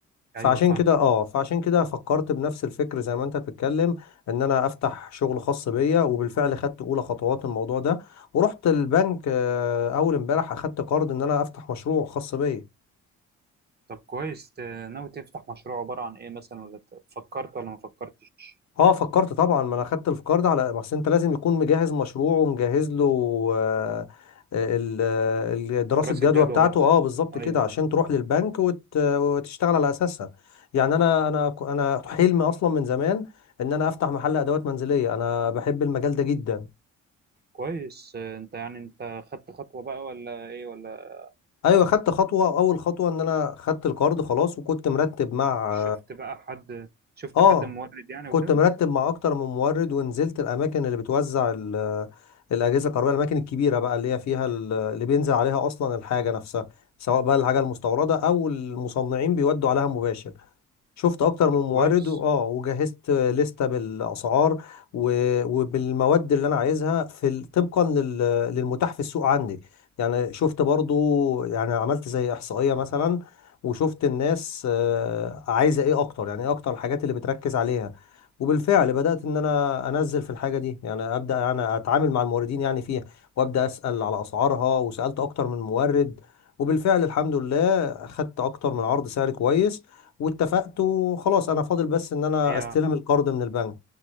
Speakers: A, on the left; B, on the right.
A: فعشان
B: ايوه فاهم
A: كده اه فعشان كده فكرت بنفس الفكر زي ما انت بتتكلم ان انا افتح شغل خاص بيا وبالفعل خدت اولى خطوات الموضوع ده ورحت البنك آه، اول امبارح اخدت قرض ان انا افتح مشروع خاص بيا
B: طب كويس ت- ناوي تفتح مشروع عبارة عن ايه مثلا ولا ت- فكرت ولا ما فكرتش
A: اه فكرت طبعا ما انا خدت الفكار ده على ما أصل انت لازم يكون مجهز مشروع ومجهز له آه، آه، ال- آه، ال- دراسة
B: دراسة
A: جدوى
B: جدوى
A: بتاعته
B: بقى
A: اه بالظبط
B: ايوه
A: كده عشان تروح للبنك وت- وتشتغل على اساسها يعني انا انا ك- انا حلمي اصلا من زمان ان انا افتح محل ادوات منزلية انا بحب المجال ده جدا
B: كويس آه، انت يعني انت خدت خطوة بقى ولا ايه ولا
A: ايوه خدت خطوة اول خطوة ان انا خدت القرض خلاص وكنت مرتب مع
B: شفت بقى حد شفت
A: اه
B: حد مورد يعني
A: كنت
B: وكده
A: مرتب مع اكتر من مورد ونزلت الاماكن اللي بتوزع ال- الاجهزه الكهربائيه الاماكن الكبيره بقى اللي هي فيها ال- اللي بينزل عليها اصلا الحاجه نفسها سواء بقى الحاجه المستورده او المصنعين بيودوا عليها مباشر شفت اكتر من
B: طب كويس
A: مورد و- اه وجهزت لستة بالاسعار و- وبالمواد اللي انا عايزها في ال- طبقا لل- للمتاح في السوق عندي يعني شفت برضو يعني عملت زي احصائية مثلا وشفت الناس آه، عايزة ايه اكتر يعني ايه اكتر الحاجات اللي بتركز عليها وبالفعل بدأت ان انا انزل في الحاجة دي يعني ابدأ يعني اتعامل مع الموردين يعني فيها وابدأ اسأل على اسعارها وسألت اكتر من مورد وبالفعل الحمد لله خدت اكتر من عرض سعر كويس واتفقت وخلاص انا فاضل بس ان انا
B: هي
A: استلم القرض من البنك